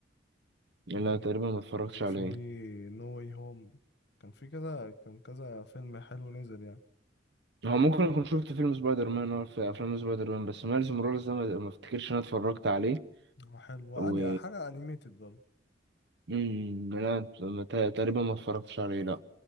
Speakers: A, on the right (about 65°); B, on the left (about 65°).
A: لا
B: وكان
A: تقريبا ما اتفرجتش
B: وفي
A: عليه
B: نو واي هوم كان في كذا كان كذا فيلم حلو نزل يعني
A: هو ممكن اكون شفت فيلم سبايدر مان هو في افلام سبايدر مان بس ميلز موراليس ده ما ما افتكرش ان انا اتفرجت عليه
B: وحلو وأني
A: و...
B: حاجة أنيميتد برضه
A: امم لا ما ت- تقريبا ما اتفرجتش عليه لا